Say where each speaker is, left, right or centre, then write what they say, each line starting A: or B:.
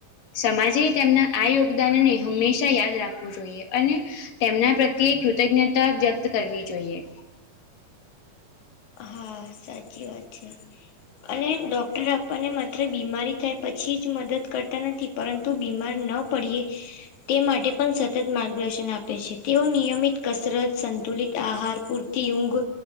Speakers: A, on the left; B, on the left.
A: સમાજે તેમના આ યોગદાનને હંમેશા યાદ રાખવું જોઈએ અને તેમના પ્રત્યે કૃતજ્ઞતા વ્યક્ત કરવી જોઈએ.
B: હા સાચી વાત છે.
A: <inaudible>
B: અને ડૉક્ટર આપણને માત્ર બીમારી થાય પછી જ મદદ કરતા નથી પરંતુ બીમાર ન પડીએ તે માટે પણ સતત માર્ગદર્શન આપે છે તેઓ નિયમિત કસરત સંતુલિત આહાર પૂર <unintelligible> ઊઘ